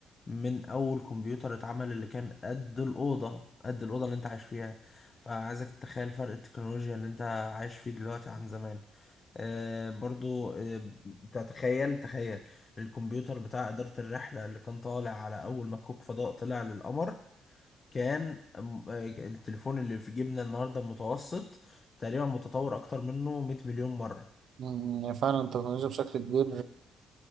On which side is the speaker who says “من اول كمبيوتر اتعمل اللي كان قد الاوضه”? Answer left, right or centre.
Left